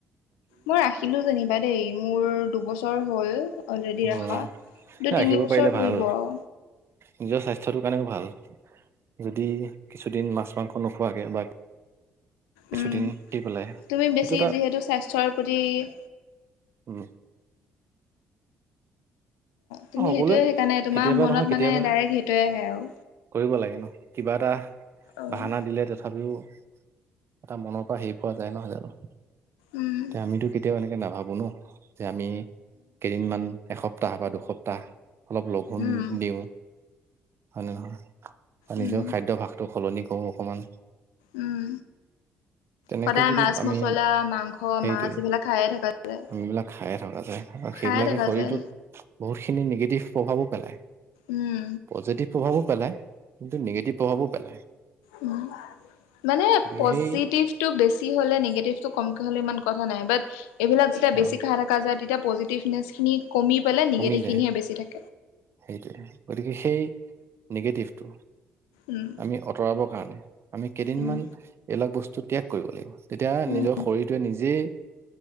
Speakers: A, on the left (about 90°); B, on the right (about 50°).
A: মই ৰাখিলো যেনিবা দেই, মোৰ দুবছৰ হ'ল। অলৰেডি
B: অ
A: ৰাখা, কিন্তু
B: ৰাখিব
A: তিনি বছৰ
B: পাৰিলে ভাল
A: পৰিব আও।
B: নিজৰ স্বাস্থ্যটোৰ কাৰণেও ভাল যদি কিছুদিন মাছ মাংস নোখোৱাকে বা কিছুদিন
A: উম
B: দি পেলাই এইটো
A: তুমি বেছি
B: এটা।
A: যিহেতু স্বাস্থ্যৰ প্ৰতি
B: উম।
A: তুমি
B: অ সকলোৱে
A: সেইটোয়ে সেইকাৰণে তোমাৰ
B: কেতিয়াবা
A: মনত
B: নহয় কেতিয়াবা।
A: মানে ডাইৰেক্ট সেইটোয়ে আহে আৰু
B: কৰিব লাগে ন কিবা এটা
A: উম
B: বাহানা দিলে তথাপিও। এটা মনৰ পৰা হেৰি পোৱা যায় নহয় জানো।
A: উম
B: এতিয়া আমিতো কেতিয়াও এনেকে নাভাবো ন যে আমি কেইদিনমান। এসপ্তাহ বা দুসপ্তাহ অলপ লঘোন
A: উম
B: দিওঁ হয়নে নহয়। অ, নিজৰ
A: উম
B: খাদ্যভাসটো সলনি কৰো অকমান।
A: উম
B: তেনেকে
A: সদায়
B: যদি
A: মাছ
B: আমি
A: মছলা মাংস
B: সেইটোৱে
A: মাছ এইবিলাক খায়ে থকা যায়
B: আমিবিলাক খায়ে থকা যায়। হ,
A: খায়ে
B: সেইবিলাকে
A: থকা
B: শৰীৰটোত
A: যায়
B: বহুতখিনি নিগেটিভ প্ৰভাৱো পেলায়
A: উম
B: পজিটিভ প্ৰভাৱো পেলায় কিন্তু নিগেটিভ প্ৰভাৱো পেলায়।
A: উম, মানে
B: গতিকে
A: পজিটিভ
B: সেই
A: টো বেছি হ'লে নিগেটিভ টো কমক হ'লে ইমান কথা নাই বাত এইবিলাক যেতিয়া বেছি
B: অ
A: খাই থকা যায় তেতিয়া পজিটিভনেছখিনি কমি পেলে নিগেটিভখিনিহে
B: কমি যায়
A: বেছি থাকে।
B: সেইটোৱে গতিকে সেই নিগেটিভটো
A: উম
B: আমি অতৰাব কাৰণে আমি কেইদিনমান
A: উম
B: এইবিলাক বস্তু ত্যাগ কৰিব লাগিব। তেতিয়া
A: উম
B: নিজৰ শৰীৰটোৱে নিজেই